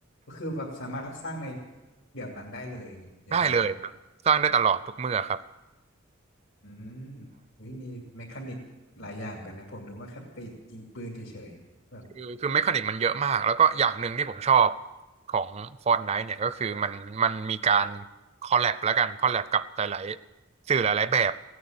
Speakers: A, on the left (about 80°); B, on the right (about 30°).
A: คือแบบสามารถสร้างในเดี๋ยวนั้นได้เลยอย่างนั้นแหละฮะ
B: <laughs> ได้เลยครับสร้างได้ตลอดทุกเมื่อครับ
A: อืมเฮ้ยมีเมคานิกหลายอย่างเหมือนกันนะผมนึกว่าแค่ไปยิงปืนเฉยๆแบบ
B: คือคือเมคานิกมันเยอะมากแล้วก็อย่างหนึ่งที่ผมชอบของ Fortnite เนี่ยก็คือมันมันมีการคอลแลบแล้วกันคอลแลบกับหลายๆสื่อหลายๆแบบ